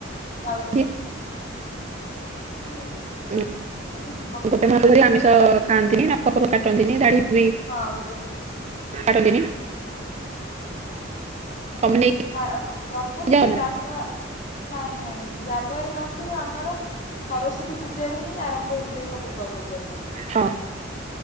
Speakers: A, on the left; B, on the right.
A: କାଉଡି
B: ଯାଆନ୍ତି
A: ହଁ। ନାନ୍ତି
B: ଉଁ,
A: ଏମିତି
B: ଗୋଟେ ମାସ ଧରି ଆମିଷ ଖାଆନ୍ତିନି ନା ନଖପଖ କାଟନ୍ତିନି ଦାଢି ବି
A: ହଁ ଗୋଟେ
B: କାଟନ୍ତିନି।
A: ହଁ ହଁ
B: ତମେ ନେଇକି
A: ଅଏ ପ୍ରଥମେ
B: ଯାଅ
A: ତ
B: ନା
A: ଜାନୁଆ ନାଇଁ ନାଇଁ ଜାନୁଆରୀ ମାସରୁ ଆମର ସରସ୍ଵତୀ ପୂଜାରୁ ହିଁ ଆରମ୍ଭ ହୋଇଯାଏ ସବୁ। ପର୍ବପର୍ବାଣି ନାଇଁ।
B: ହଁ